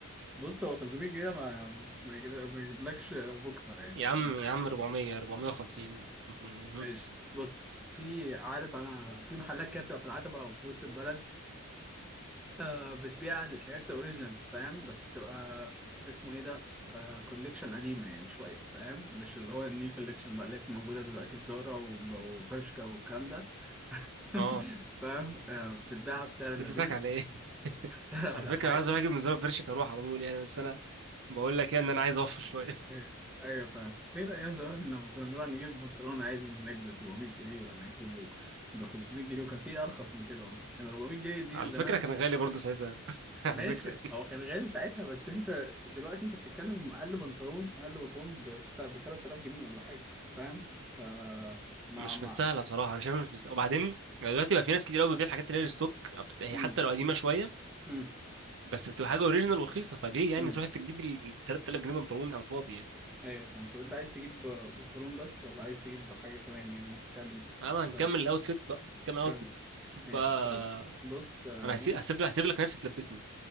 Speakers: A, in the centre; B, on the right.
A: بص هو 300 جنيه ما ما يجيب- ما يجيبلكش بوكسر يعني
B: يا عم
A: <laughs>
B: يا عم 400 450 مهم.
A: ماشي بص في عارف انا في محلات كده بتبقى في العتبة او في وسط البلد آه بتبيع الحاجات اوريجينال فاهم بس بتبقى اسمه ايه ده آه كوليكشن قديمة يعني شوية فاهم مش اللي هو النيو كوليكشن بقى اللي هي موجودة دلوقتي في زارا وب- وبرشكا والكلام ده <laughs>
B: اه
A: فاهم آه بتبيعها بسعر لذيذ
B: ده بتضحك على ايه <laughs>
A: <laughs>
B: على
A: لا
B: فكره
A: حاجة
B: أنا عايز اروح اجيب من زرار برشك اروح على طول يعني بس انا بقول لك يعني ان انا عايز اوفر شويه
A: ايوه ايوه فاهم فين ايام زمان لما كنا نروح نجيب بنطلون عادي من هناك ب 700 جنيه ولا نجيبه ب 500 جنيه وكان في ارخص من كده والله كان 400 جنيه دي
B: <laughs> على
A: زمان
B: فكره كان غالي برضه ساعتها <laughs> على
A: ماشي
B: فكره يعني
A: هو كان غالي ساعتها بس انت دلوقتي انت بتتكلم اقل بنطلون اقل بنطلون ب ب 3000 جنيه ولا حاجه فاهم ف مع
B: مش
A: مع
B: مستاهله بصراحه انا شايفها مش مستاهله وبعدين دلوقتي بقى في ناس كتير قوي بتبيع الحاجات اللي هي الستوك بت- هي
A: امم
B: حتى لو قديمه شويه
A: امم
B: بس بتبقى حاجه اوريجينال ورخيصه فليه يعني
A: امم
B: تروح انت تجيب ال 3000 جنيه بنطلون على الفاضي يعني
A: ايوه فاهم طب انت عايز تجيب بنطلون بس ولا عايز تجيب حاجه كمان يعني ممكن تعمل
B: انا
A: شويه
B: هنكمل الاوتفيت بقى نكمل الاوتفيت
A: كم
B: شوف
A: ماشي
B: بقى
A: طيب بص آه،
B: انا
A: ممكن
B: هسيب هسيب لك هسيب لك نفسي تلبسني